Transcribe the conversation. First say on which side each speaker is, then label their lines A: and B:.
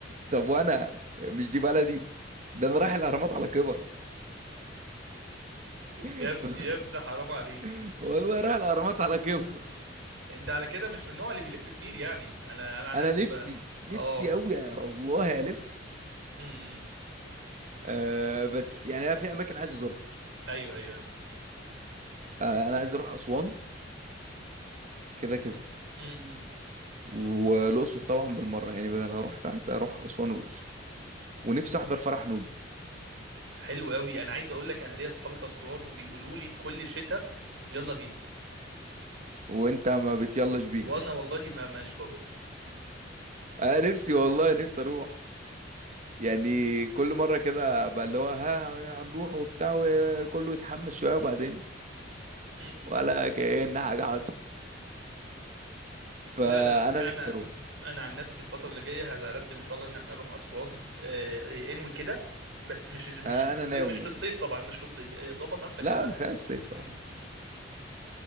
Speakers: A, on the right; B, on the right.
A: طب وانا مش دي بلدي ده انا رايح الاهرامات على كبر
B: يا
A: <laughs>
B: ابني يا ابني حرام عليك
A: والله رايح الاهرامات على كبر
B: انت على كده مش من النوع اللي بيلف كتير يعني انا انا عن
A: انا
B: نفسي
A: نفسي
B: ب...
A: نفسي
B: اه
A: قوي يا الله الف
B: امم
A: آه بس يعني انا في اماكن عايز ازورها
B: ايوه
A: آه انا عايز اروح اسوان كده كده
B: ايوه
A: والاقصر طبعا بالمره يعني بدل هروح تحت اروح اسوان والاقصر ونفسي احضر فرح نوبي
B: حلو قوي انا عايز اقول لك انا ليا اصحابي في اسوان وبيقولوا لي كل شتاء يلا بينا
A: وانت ما بتيلاش بينا
B: وانا والله ما مش بروح
A: <laughs> آه نفسي والله نفسي اروح يعني كل مره كده بقى اللي هو ها هنروح وبتاع وكله يتحمس شويه وبعدين سس،
B: م- م.
A: ولا كأن حاجه حصلت فانا
B: لا لا
A: نفسي
B: انا
A: اروح
B: انا عن نفسي الفتره اللي جايه هرتب ان شاء الله ان احنا نروح اسوان آه، آه، انوي كده بس مش مش
A: آه
B: في الصيف
A: انا ناوي
B: مش في
A: والله
B: الصيف طبعا مش في الصيف آه، ظبط نفسك
A: لا
B: كده
A: ما فيهاش صيف طبعا
B: م-